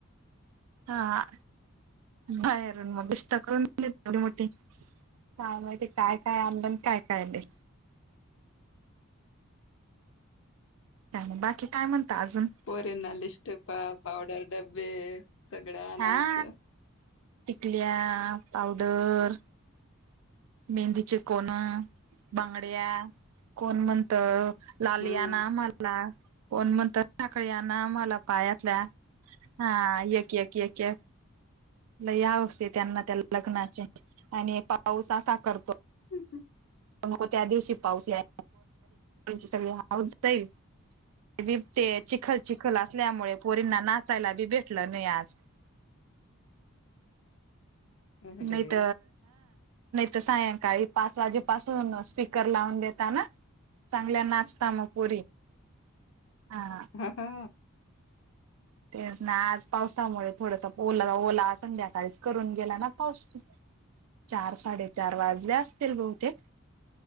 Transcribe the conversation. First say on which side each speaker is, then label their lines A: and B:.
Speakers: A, on the right; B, on the left.
A: हा बाहेरून मग <unintelligible> करून दिले थोडी मोठी काय माहिते काय काय आणलं अन् काय काय नाही. काही नाही बाकी काय म्हणता अजून?
B: पोरींना लिस्टीपा, पावडर डब्बे सगळं आणायचं.
A: हा टिकल्या, पावडर मेहंदीचे कोण, बांगड्या कोण म्हणत लालि
B: हम्म
A: आणा आमला कोण म्हणतं साकळी आना मला पायातल्या हा एक एक क ल या असते त्यांना त्या लग्नाचे आणि पाऊसा, करतो.
B: हम् हम
A: मग त्या दिवशी पाऊस या सगळी हौस जाईल. बी ते चिखल चिखल असल्यामुळे पोरींना नाचायला बी भेटलं नाही आज.
B: अरे
A: नाहीत तर सायंकाळी पाच वाजे पाासून स्पीकर लावून देता ना चांगल्या नाचता मग. <unintelligible>
B: हा हा
A: तेच ना आज पावसामुळे थोडस ओला ओला संध्याकाळीच करून गेला ना पाऊस. चार साडेचार वाजले असतील बहुतेक